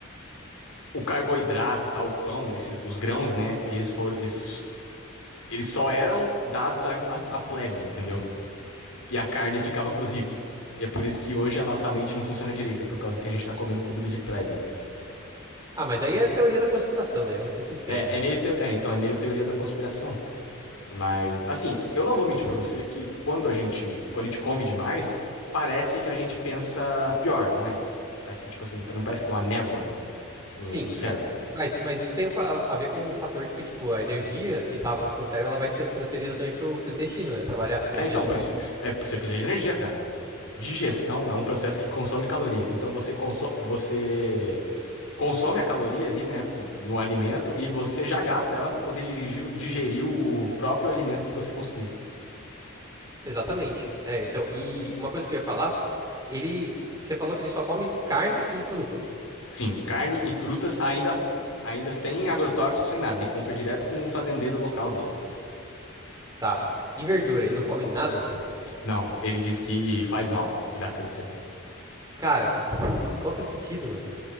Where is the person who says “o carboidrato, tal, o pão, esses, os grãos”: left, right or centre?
Left